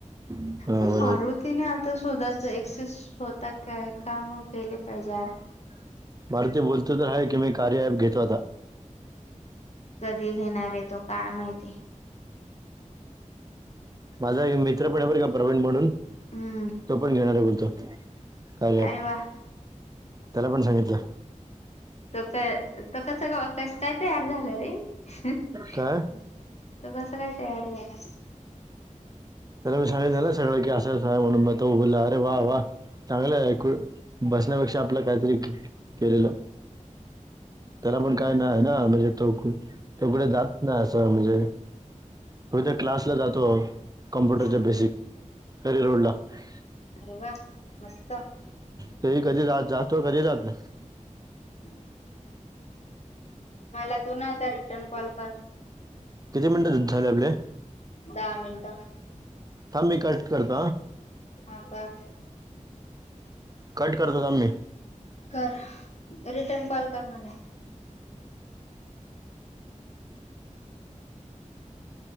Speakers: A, on the right; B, on the left.
A: हां
B: पण
A: बरोबर
B: मारुतीने तर स्ोधाच एसे स्वतः काम केले पाहिजेरऽऽ <unintelligible>
A: मारूती बोलत तर हाय,, की मी कार्या ॲप घेतो आता.
B: कधी घेणार आहे तो काय माहिती?
A: माझा एक मित्र पण आहे बर,, का प्रवीण म्हणून
B: हम्म
A: तो पण घेणार आहे बोलतो. कार्या ॲप,
B: अरे वा
A: त्याला पण सांगितलं
B: तो का, तो कस, कस, काय तयार झालं रे? तो
A: काय
B: कसं काय तयार झाला?
A: त्याला मी सांगितनलं ना सगळं की असं असं आहे म्हणून मग तो बोलला,,, अरे वा! चांगलं आहे खूप,, बसण्यापेक्षा आपलं काहीतरी केलेलं! त्याला पण काय नाही ना,, म्हणजे तो त कुठे जात ना असं म्हणजे फक्त क्लासला जातो. कम्प्युटरच्या
B: हा
A: बेसिक करिअर ला <unintelligible>
B: अरे वा मस्त
A: ते ही कधी जातो, कधी जात नाही.
B: अच् <inaudible> मला तू नता रिटर्न कॉल कर.
A: किती मिनिटं झाले आपले.
B: दहा मिनट.
A: थांब मी कट करत.
B: हा कर.
A: कट करतो थांब मी.
B: कर रिटन कॉल कर मला.